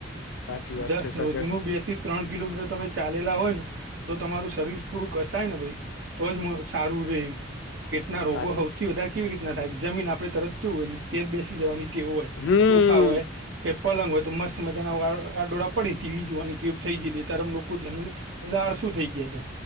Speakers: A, on the left; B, on the right.
A: સાચી વાત
B: દ
A: છે સાચે
B: રોજનું બે થી ત્રણ કિલોમીટર તમે ચાલેલા હોય ને, તો તમારું શરીર થોડું કસાય ને ભાઈ. તો જ મ સારું રે, પેટના રોગો
A: સાચી
B: હૌથી વધાર કેવી રીતના થાય, જમીન આપડે તરત જયું હોયને, ઘેર બેસી જવાની ટેવ હોય,
A: હમ
B: સોફા હોય. કે પલંગ હોય તો મસ્ત મજા ના અ આડોડા પડી ને તીવી જોવાની ટેવ થઈ ગઈલી ત્યારેમ લોકો જનરલી. બધા આળસુ થઈ ગયા છે.